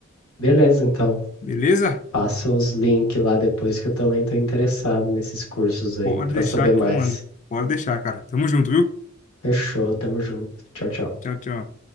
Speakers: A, on the left; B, on the left.
A: Beleza, então.
B: Beleza?
A: Passa os links lá depois que eu também tô interessado nesses cursos aí
B: Pode
A: pra
B: deixar
A: saber mais.
B: que eu mando. Pode deixar, cara. Tamo junto, viu?
A: Fechou, tamo junto. Tchau, tchau.
B: Tchau, tchau.